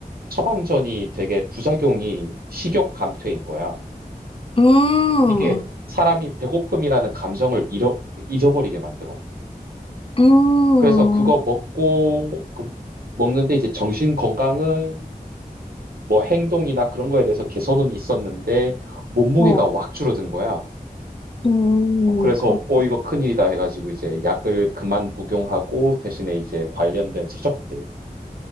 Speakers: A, on the right; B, on the left.
A: 처방전이 되게 부작용이 식욕 감퇴인 거야.
B: 음,
A: 이게 사람이 배고픔이라는 감정을 잃어, 잊어버리게 만들어.
B: 음,
A: 그래서 그거 먹고 그 먹는데 이제 정신 건강은 뭐 행동이나 그런 거에 대해서 개선은 있었는데 몸무게가
B: 어,
A: 확 줄어든 거야.
B: 음,
A: 그래서
B: 그렇다.
A: 어 이거 큰일이다 해가지고 이제 약을 그만 복용하고 대신에 이제 관련된 서적들을